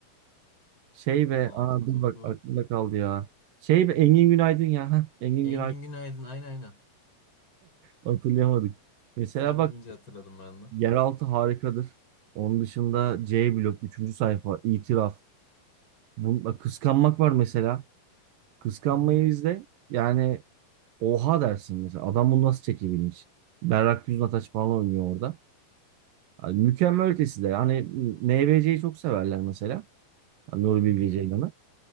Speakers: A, on the right (about 75°); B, on the left (about 35°).
A: Şey
B: Burhan
A: ve
B: Altıntop'u.
A: aa, dur bak aklımda kaldı ya. Şey ve Engin Günaydın ya. Heh, Engin
B: Engin
A: Günaydın.
B: Günaydın. Aynen aynen.
A: Hatırlayamadık. Mesela
B: Sen
A: bak
B: deyince hatırladım ben de.
A: Yeraltı harikadır. Onun dışında C blok üçüncü sayfa itiraf. Bununla kıskanmak var mesela. Kıskanmayı
B: Hı hı,
A: izle. Yani oha dersin mesela. Adam bunu nasıl çekebilmiş? Berrak Düznataç falan oynuyor orada. Yani mükemmel ötesi de. Hani NBC'yi çok severler mesela. Yani Nuri
B: hı
A: Bilge
B: hı.
A: Ceylan'ı.